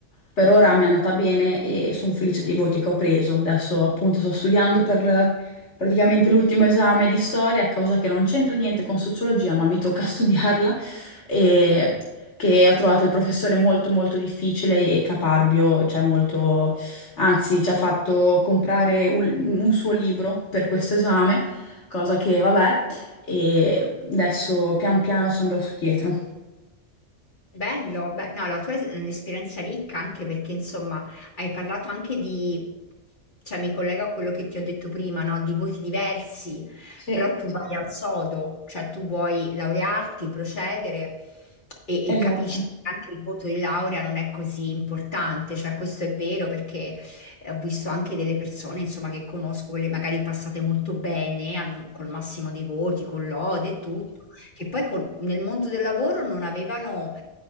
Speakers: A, on the left (about 70°); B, on the left (about 45°).
A: per ora mi è andata bene e sono felice dei voti che ho preso. Adesso appunto sto studiando per praticamente l'ultimo esame di storia, cosa che non c'entra niente con sociologia, ma mi tocca <laughs> studiarla e che ho trovato il professore molto molto difficile e caparbio, cioè molto Anzi, ci ha fatto comprare un, un suo libro per questo esame, cosa che vabbè, e adesso pian piano ci andrò su dietro.
B: Bello, beh, no, la tua è un'esperienza ricca anche perché insomma hai parlato anche di, cioè mi collego a quello che ti ho detto prima, no? Di voti diversi,
A: Sì.
B: però tu vai al sodo, cioè tu vuoi laurearti, procedere e,
A: Esatto.
B: e capisci che anche il voto di laurea non è così importante, cioè questo è vero perché eh, ho visto anche delle persone insomma che conosco, quelle magari passate molto bene al- col massimo dei voti, con lode e tutto, che poi col- nel mondo del lavoro non avevano